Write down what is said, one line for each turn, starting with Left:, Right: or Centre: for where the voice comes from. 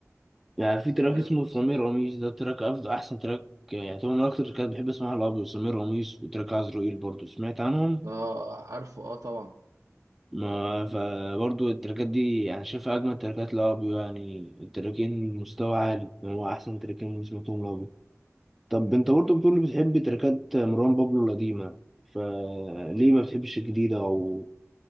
Centre: يعني في تراك
Right: فاهم
Centre: اسمه سمير قميص ده تراك أفضل أحسن تراك يعني طبعا من أكتر التراكات بحب أسمعها الأبيض سمير قميص وتراك عزرائيل برضه سمعت عنهم؟
Right: اه عارفه اه طبعا
Centre: ما فبرضه التراكات دي أنا شايفها أجمل تراكات لأبيو يعني التراكين مستوى عالي يعني هو أحسن تراكين سمعتهم لأبيو طب أنت برضه بتقول بتحب تراكات مروان بابلو القديمة فليه ما بتحبش الجديدة أو